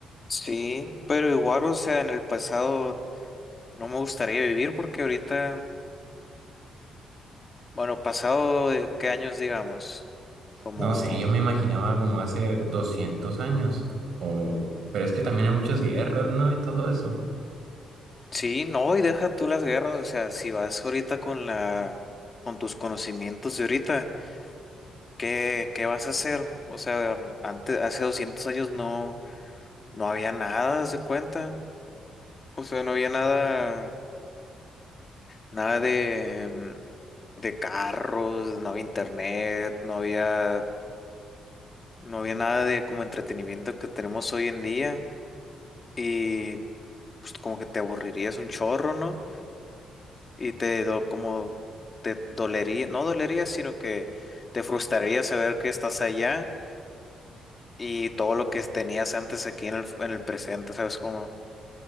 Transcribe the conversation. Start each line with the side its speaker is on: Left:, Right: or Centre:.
Left: Sí, pero igual, o sea, en el pasado no me gustaría vivir porque ahorita... Bueno, pasado de qué años, digamos, como
Right: No sé, yo me imaginaba como hace 200 años, o... pero es que también hay muchas guerras, ¿no? Y todo eso.
Left: sí, no, y deja tú las guerras, o sea, si vas ahorita con la con tus conocimientos de ahorita, ¿qué qué vas a hacer? O sea, antes hace 200 años no no había nada, haz de cuenta. O sea, no había nada nada de mm, de carros, no había internet, no había, no había nada de como entretenimiento que tenemos hoy en día y pues como que te aburrirías un chorro, ¿no? Y te do, como te dolería, no dolería, sino que te frustraría saber que estás allá y todo lo que tenías antes aquí en el, en el presente, ¿sabes cómo?